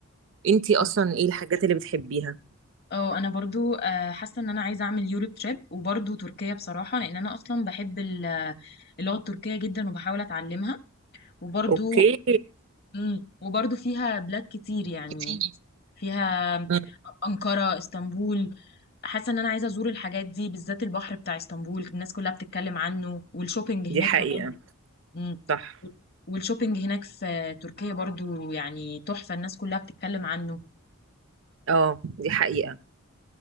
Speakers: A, on the right; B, on the left.
A: أنتي أصلا
B: اه
A: إيه الحاجات اللي بتحبيها؟
B: اه انا برضو آه، حاسة ان انا عايزة اعمل يوروب تريب وبرضو تركيا بصراحة لان انا اصلا بحب ال- اللغة التركية جدا وبحاول اتعلمها وبرضو
A: اوكي
B: مم، وبرضو فيها بلاد كتير يعني
A: كتير
B: فيها
A: مم،
B: أنقرة اسطنبول حاسه ان انا عايزه ازور الحاجات دي بالذات البحر بتاع اسطنبول الناس كلها بتتكلم عنه والشوبينج هناك
A: دي حقيقة
B: كمان مم.
A: صح
B: والشوبينج هناك في تركيا برضو يعني تحفه الناس كلها بتتكلم عنه
A: اه دي حقيقة